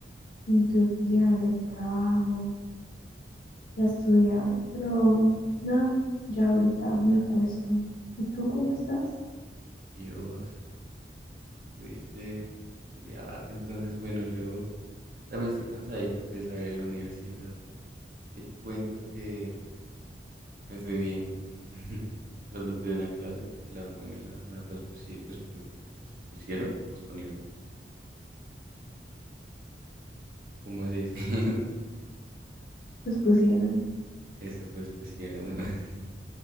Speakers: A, on the left; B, on the right.
A: y tuve que llegar a hacer trabajos y a estudiar, pero nada, ya ahorita me acuesto. ¿Y tú cómo estás?
B: Dios, tuviste, tuviste un día largo, entonces bueno, yo también estoy cansadito, pues a ver, en la universidad te cuento que me fue bien. <laughs> Solo tuve una clase porque la otra me la, me la pospusie- pospu- pospusieron o posponieron, ¿cómo se dice?
A: Pues pusieron.
B: Esa pues pusieron, <laughs>